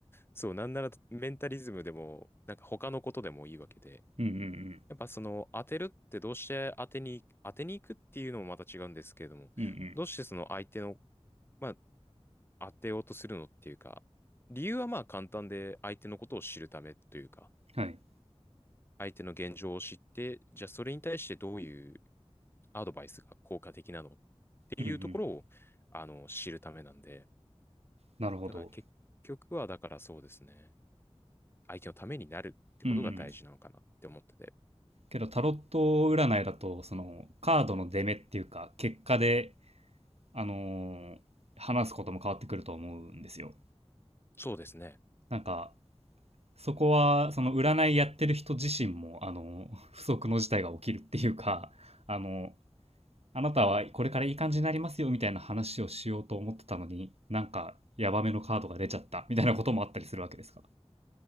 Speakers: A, on the left; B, on the right.
A: そう、なんならメンタリズムでも、なんか他のことでもいいわけで、
B: うんうん
A: やっぱその当てるってどうして当てに、当てに行くっていうのもまた違うんですけれども、
B: うん。うん
A: どうしてその相手の、まあ当てようとするのっていうか、理由はまあ簡単で相手のことを知るためというか、
B: うん。はい。
A: 相手の現状を知って、じゃあそれに対してどういうアドバイスが効果的なのっていうところを、
B: うんうん。
A: あの、知るためなんで、
B: なるほど。
A: だから結局は、だからそうですね。相手のためになるってことが大事なのかなって思ってて。
B: うんうん。けどタロット占いだと、そのカードの出目っていうか、結果で、あのー話すことも変わってくると思うんですよ。
A: そうですね。
B: なんか、そこは、その占いやってる人自身も、あの、不測の事態が起きるっていうか、あの、あなたはこれからいい感じになりますよみたいな話をしようと思ってたのに、なんかヤバめのカードが出ちゃったみたいなこともあったりするわけですか。